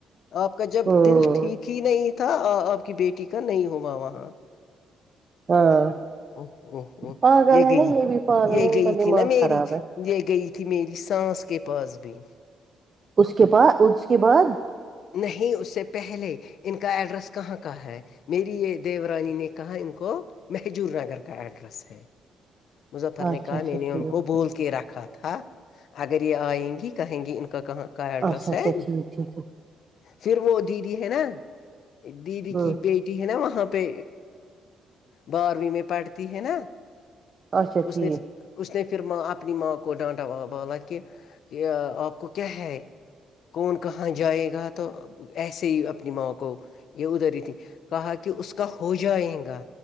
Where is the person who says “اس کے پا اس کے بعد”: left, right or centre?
Right